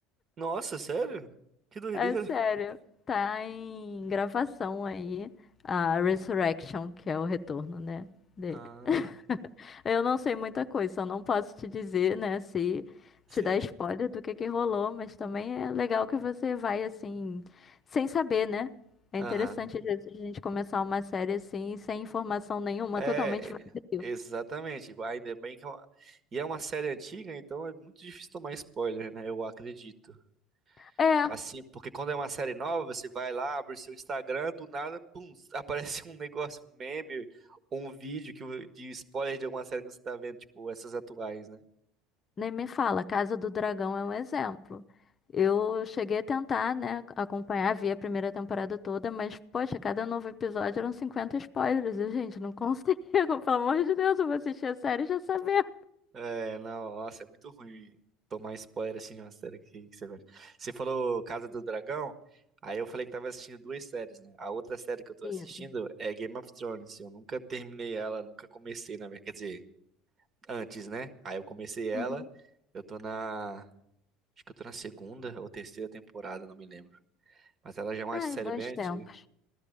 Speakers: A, on the right; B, on the left.
A: Nossa, sério? Que doideira.
B: É sério. Tá em gravação aí a Resurrection, que é o retorno, né? Dele.
A: Ah,
B: <laughs> Eu não sei muita coisa, só não posso te dizer, né? Se
A: sei.
B: te dar spoiler do que que rolou, mas também é legal que você vai assim, sem saber, né? É
A: Aham.
B: interessante às vezes a gente começar uma série assim, sem informação nenhuma,
A: É,
B: totalmente vazio.
A: exatamente. Ainda bem que é uma... E é uma série antiga, então é muito difícil tomar spoiler, né? Eu acredito.
B: É,
A: Assim, porque quando é uma série nova, você vai lá, abre o seu Instagram, do nada, pum, aparece um negócio, um meme, um vídeo que, de spoiler de alguma série que você tá vendo, tipo, essas atuais, né?
B: Nem me fala, Casa do Dragão é um exemplo. Eu cheguei a tentar, né, acompanhar, vi a primeira temporada toda, mas, poxa, cada novo episódio eram 50 spoilers, e, gente, não consigo, <laughs> pelo amor de Deus, eu vou assistir a série e já saber.
A: É, não, nossa, é muito ruim tomar spoiler assim de uma série que, que você vê. Você falou Casa do Dragão, aí eu falei que tava assistindo duas séries, né? A outra série que eu tô
B: Isso.
A: assistindo é Game of Thrones. Eu nunca terminei ela, nunca comecei, na verdade. Quer dizer, antes, né? Aí eu comecei ela,
B: Uhum.
A: eu tô na. Acho que eu tô na segunda ou terceira temporada, não me lembro. Mas ela já é uma
B: Ai,
A: série
B: bons
A: bem antiga.
B: tempos.